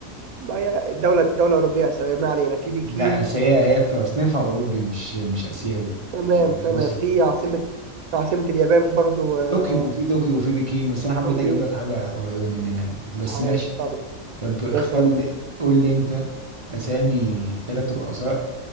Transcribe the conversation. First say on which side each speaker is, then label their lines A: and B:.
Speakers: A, on the right (about 80°); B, on the right (about 25°).
A: ما هي دولة دولة أوروبية آسيوية ما علينا في بكين
B: لا بس هي هي تصنيفها اوروبي مش مش اسيوي
A: تمام تمام
B: روسي
A: في عاصمة في عاصمة اليابان برضو آه،
B: طوكيو وفي طوكيو وفي بكين بس انا حبيت
A: طوكيو
B: اجيب لك حاجه قريبه مننا يعني بس
A: عايش
B: ماشي
A: طبعا
B: طب اختار
A: يا سلام
B: لي قول لي انت اسامي ثلاث رؤساء